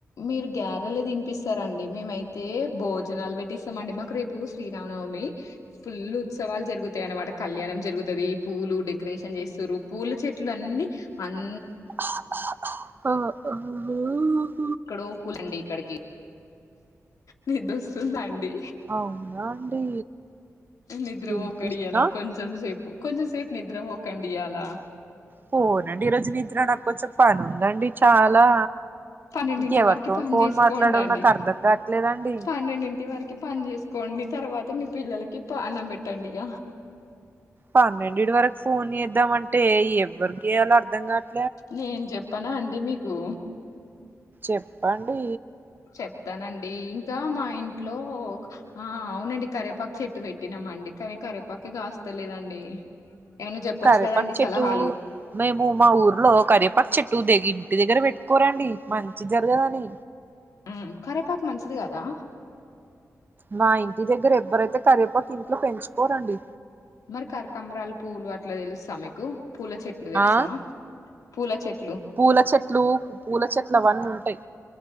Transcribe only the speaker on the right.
<unintelligible>
అవునా అండి
వినిపిస్తా
పోనండి ఈ రోజు నిద్ర నాకు కొంచెం పని ఉందండి చాలా
ఇంకెవరితో
ఫోన్
మాట్లాడాలో నాకు అర్థం కావట్లేదండి
పన్నెండిటి వరకు ఫోన్ చేద్దాం అంటే ఎవ్వరియేలో అర్ధం కాట్
చెప్పండి
కరెపాకు
చెట్టు
మేము మా ఊర్లో కరెపాక్ చెట్టు దెన్ ఇంటి దగ్గర పెట్టుకోరండి మంచి జరగదని
మా ఇంటి దగ్గర ఎవ్వరైతే కరివేపాకి ఇంట్లో పెంచుకోరండి
ఆ
పూల చెట్లు పూల చెట్లు అవన్నీ ఉంటాయి